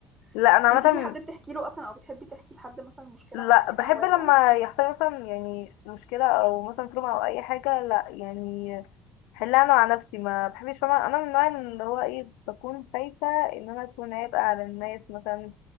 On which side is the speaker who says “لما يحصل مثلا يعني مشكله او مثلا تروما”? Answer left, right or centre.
Left